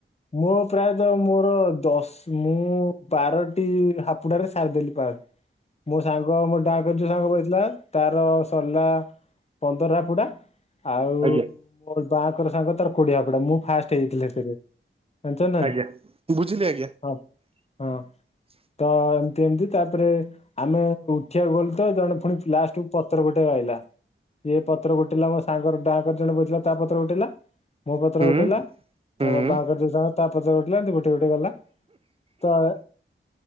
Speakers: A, on the left; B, on the right.
A: ମୋ ପ୍ରାୟତଃ ମୋର ଦଶ ମୁଁ ବାରଟି ହାପୁଡାରେ ସାରିଦେଲି ପାର ମୋ ସାଙ୍ଗ ମୋ ଡା <unintelligible> ସାଙ୍ଗ ବହିଥିଲା ତାର ସରିଲା ପନ୍ଦର ହାପୁଡା ଆଉ
B: ଆଜ୍ଞା
A: ମୋ ବାଙ୍କର ସାଙ୍ଗ ତାର କୋଡିିଆ ହାପୁଡା ମୁଁ ଫାଷ୍ଟ ହେଇଥିଲି ହେଥିରେ। ଜାଣିଛ ନାଇଁ?
B: ଆଜ୍ଞା ବୁଝିଲି ଆଜ୍ଞା
A: ହଁ।
B: <unintelligible>
A: ହଁ। ତ ଏମତି ଏମତି ତାପରେ ଆମେ ଉଠିବାକୁ ଗଲୁ ତ ଜଣେ ଫୁଣି ଲାଷ୍ଟକୁ ପତର ଗୋଟେଇବାକୁ ଆଇଲା। ଇଏ ପତ୍ର ଗୋଟିଲା ମୋ ସାଙ୍ଗର ଡାହାକର ଜଣେ ବଇଥିଲା ତା ପତ୍ର ଗୋଟେଇଲା ମୋ ପତ୍ର
B: ହୁଁ
A: ଗୋଟେଇଲା।
B: ହୁଁ।
A: ତମ ବାହାଘର ଯୋଉ ସାଙ୍ଗ ତା ପତର ଗୋଟେଇଲା ଏମିତି ଗୋଟେଇ ଗୋଟେଇ ଗଲା ତ